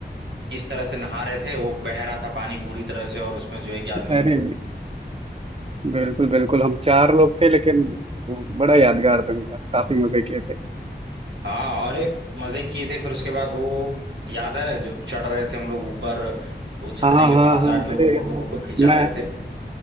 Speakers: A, on the right (about 85°); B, on the right (about 35°).
A: किस तरह से नहा रहे थे वो बह रहा था पानी पूरी तरह से और उसमें जो है कि आदमी
B: अरे बिल्कुल बिल्कुल हम चार लोग थे लेकिन वो बड़ा यादगार दिन था काफी मजे किए थे
A: हाँ अरे मजे किए थे फिर उसके बाद वो याद है जो चढ़ रहे थे हम लोग ऊपर वो झरने
B: हाँ
A: के
B: हाँ
A: पास
B: हाँ
A: जाके
B: अरे
A: वो फोटो
B: हाँ हाँ
A: वोटो खिंचा
B: मैं
A: रहे थे